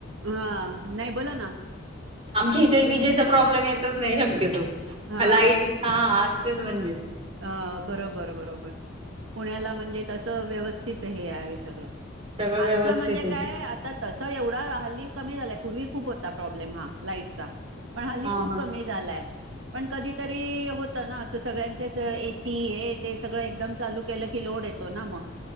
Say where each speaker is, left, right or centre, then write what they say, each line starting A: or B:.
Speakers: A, on the right (about 85°); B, on the right (about 30°).
A: हा नाही बोला नां.
B: आमच्या इथे विजेचा प्रॉब्लेम येतच नाही शक्यतो
A: हां.
B: लाईट हा असतेच म्हणजे.
A: अ बरोबर बरोबर पुण्याला म्हणजे तसं व्यवस्थित हे आहे सगळं.
B: सगळं
A: आमचं
B: व्यवस्थित
A: म्हणजे
B: आहे
A: काय आता. तस एवढा हल्ली कमी झालाय पूर्वी खूप होता प्रॉब्लेम हा लाईटचा. पण हल्ली
B: हा
A: खूप
B: हा
A: कमी झालाय, पण कधीतरी होत ना अस सगळ्यां तेच ए सी हे ते सगळं एकदम चालू केलं की लोड येतो ना म.